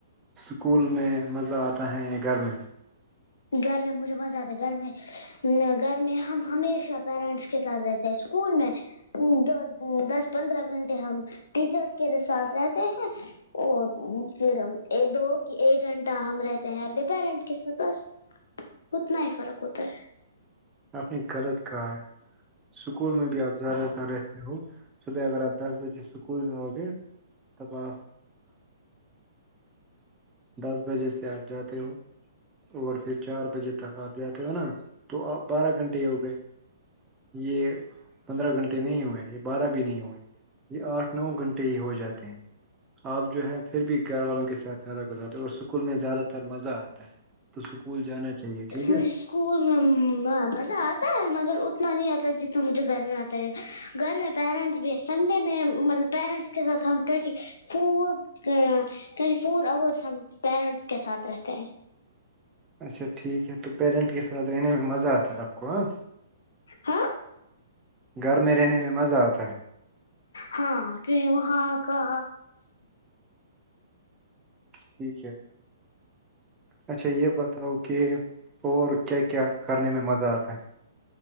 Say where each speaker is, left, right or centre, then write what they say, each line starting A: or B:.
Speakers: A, on the right; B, on the left.
A: اسکول میں مزہ آتا ہے انیں گھر میں
B: گھر میں مجھے مزہ آتا ہے گھر میں گھر میں ہم ہمیشہ پیرنٹس کے ساتھ رہتے ہیں اسکول میں دو دس پندرہ گھنٹے ہم ٹیچرس کے ساتھ رہتے ہیں اور پھر دو ایک گھنٹہ ہم رہتے ہیں اپنے پیرنٹ کے ساتھ بس اتنا ہی فرق ہوتا ہے
A: آپ نے غلط کہا ہے اسکول میں بھی آپ زیادہ نہ رہ صبح اگر آپ دس بجے اسکول جاؤ گے تب آپ دس بجے سے آپ جاتے ہو اور پھر چار بجے تک آپ جاتے ہو نا تو آپ بارہ گھنٹے ہو گئے یہ پندرہ گھنٹے نہیں ہوئے یہ بارہ بھی نہیں ہوئے یہ آٹھ نو گھنٹے ہی ہو جاتے ہیں آپ جو ہے پھر بھی گھر والوں کے ساتھ زیادہ گزار اور اسکول میں زیادہ تر مزہ آتا ہے تو اسکول جانا چاہیے ٹھیک ہے
B: مجھے اسکول میں مزہ آتا ہے مگر اتنا نہیں آتا جتنا مجھے گھر میں آتا گھر میں پیرنٹس بھی سنڈے میں مطلب پیرنٹس کے ساتھ ہم ٹٹی فور ٹوینٹی فور آورس ہم پیرنٹس کے ساتھ رہتے ہیں
A: اچھا ٹھیک ہے تو پیرنٹ کے ساتھ رہنے میں مزہ آتا ہے آپ کو ہاں
B: ہاں
A: گھر میں رہنے میں مزہ آتا ہے
B: ہاں کہ وہاں کا
A: ٹھیک ہے اچھا یہ بتاؤ کہ اور کیا کیا کرنے میں مزہ آتا ہے